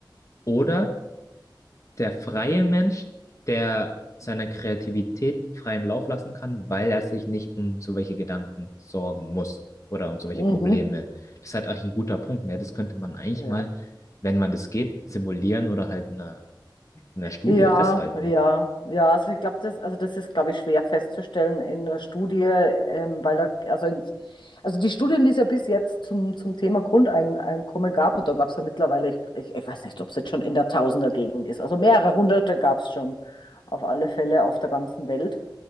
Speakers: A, on the left; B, on the left.
A: Oder der freie Mensch, der seiner Kreativität freien Lauf lassen kann, weil er sich nicht um so welche Gedanken sorgen muss oder um so welche
B: mhm.
A: Probleme. Das ist halt eigentlich ein guter Punkt, ne? Das könnte man eigentlich
B: Ja.
A: mal, wenn man das geht, simulieren oder halt in einer, in einer Studie
B: Ja,
A: festhalten.
B: ja, ja. Also ich glaube, das, also das ist, glaube ich, schwer festzustellen in der Studie, ähm, weil da, also, in, also die Studien, die es ja bis jetzt zum, zum Thema Grundeinkommen gab, und da gab es ja mittlerweile, ich, ich, ich weiß nicht, ob es jetzt schon in der Tausendergegend ist, also mehrere hunderte gab es schon auf alle Fälle auf der ganzen Welt.